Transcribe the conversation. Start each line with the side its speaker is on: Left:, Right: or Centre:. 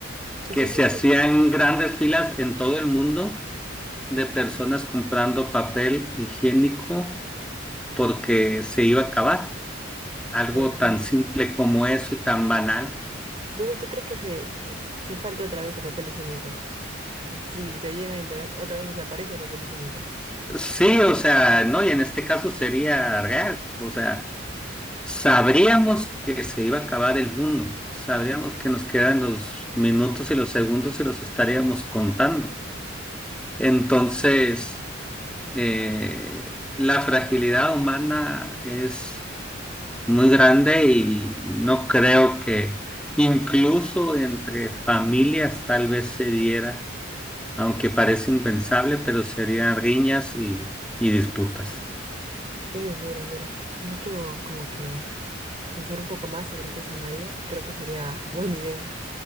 Right: Sí,
Centre: que
Right: sí,
Centre: se
Right: sí, sí.
Centre: hacían grandes filas en todo el mundo de personas comprando papel higiénico porque se iba a acabar. algo
Right: Mm.
Centre: tan simple como eso y tan banal.
Right: Entonces, ¿tú crees que se, es- se falta otra vez el papel higiénico? Sí, se llega a enterar, otra vez desaparece el papel higiénico.
Centre: Sí, o sea, no, y en este caso sería real, o sea, sabríamos que se iba a acabar el mundo, sabríamos que nos quedan los minutos y los segundos y los estaríamos contando. Entonces, eh, la fragilidad humana es muy grande y no creo que incluso entre familias tal vez se diera aunque parece impensable, pero serían riñas y, y disputas.
Right: Uy, mira, mira. De hecho, como que pensar un poco más sobre este escenario, creo que sería buena idea